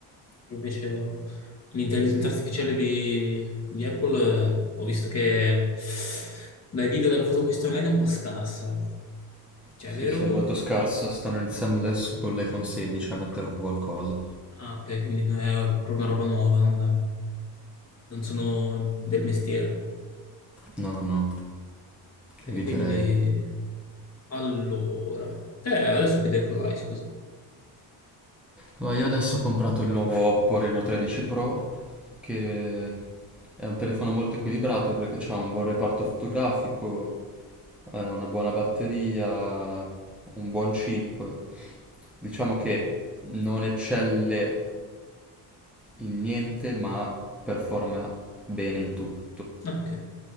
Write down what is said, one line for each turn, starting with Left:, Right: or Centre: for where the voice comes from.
Left: Invece oh, l'intelligenza artificiale di, di Apple, eh, ho visto che dai video e dalla foto che ho visto online è un po' scarsa. Cioè,
Centre: Sì,
Left: è vero?
Centre: sì, è molto scarsa. Stanno iniziando adesso con l'iPhone 16 a mettere qualcosa.
Left: Ah, ok, quindi non è proprio una roba nuova, non, non sono del mestiere.
Centre: No, no,
Left: Ok,
Centre: eviterei.
Left: quindi... Allora... Te adesso che telefono hai, scusa?
Centre: Ma io adesso ho comprato il nuovo Oppo Reno 13 Pro, che è un telefono molto equilibrato perché c'ha un buon reparto fotografico, eh, una buona batteria, un buon chip. Diciamo che non eccelle in niente, ma performa bene in tutto.
Left: Ah, ok.